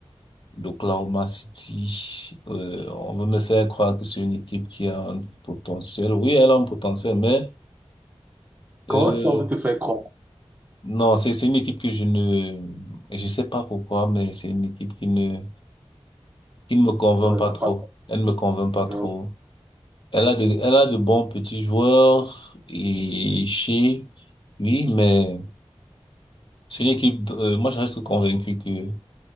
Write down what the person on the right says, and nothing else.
Comment
ça, on veut te faire croire?
Ouais,
ça
passe.
Euh,